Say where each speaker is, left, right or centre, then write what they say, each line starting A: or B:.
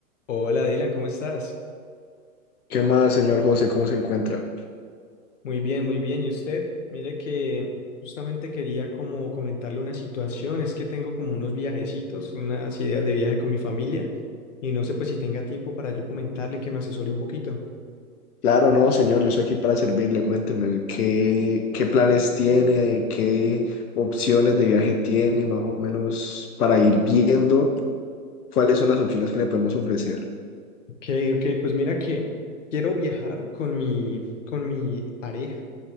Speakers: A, on the left; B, on the left.
A: Hola Dylan, ¿cómo estás?
B: ¿Qué más, señor José? ¿Cómo se encuentra?
A: Muy bien, muy bien. ¿Y usted? Mire que justamente quería como comentarle una situación. Es que tengo como unos viajecitos, unas ideas de viaje con mi familia y no sé pues si tenga tiempo para yo comentarle y que me asesore un poquito.
B: Claro, no, señor, yo estoy aquí para servirle. Cuénteme qué, qué planes tiene, qué opciones de viaje tiene, más o menos para ir viendo cuáles son las opciones que le podemos ofrecer.
A: Ok, ok, pues mira que quiero viajar con mi, con mi pareja